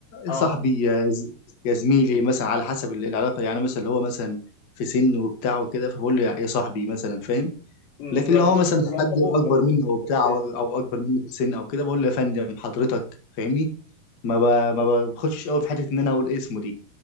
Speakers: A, on the left; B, on the left.
A: اه
B: صاحبي يا ز- يا زميلي مثلا على حسب ال- العلاقه يعني مثلا اللي هو مثلا في سن وبتاع وكده فبقول له يا صاحبي مثلا فاهم
A: امم
B: لكن
A: يعني
B: لو هو
A: تذكر
B: مثلا
A: لقبه
B: حد اكبر
A: بس
B: مني
A: ما
B: او بتاع
A: تفتكرش اسمه
B: او أو اكبر مني في السن او كده بقول له يا فندم حضرتك فاهمني ما ب... ما بخشش قوي في حته ان انا اقول اسمه دي